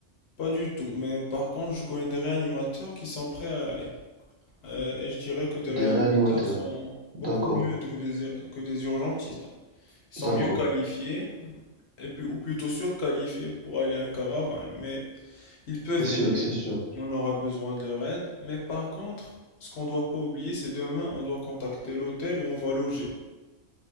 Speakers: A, on the left (about 65°); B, on the right (about 45°).
A: pas du tout. Mais par contre, je connais des réanimateurs qui sont prêts à y aller. Euh, et je dirais que des
B: Des
A: réanimateurs
B: réanimateurs.
A: sont
B: D'accord,
A: beaucoup mieux que des, ur- que des urgentistes. Ils sont
B: d'accord.
A: mieux qualifiés, et puis, ou plutôt surqualifiés pour aller en caravane. Mais Ils peuvent
B: C'est sûr,
A: aider,
B: c'est sûr.
A: on aura besoin de leur aide, mais par contre, ce qu'on ne doit pas oublier, c'est demain, on doit contacter l'hôtel où on va loger.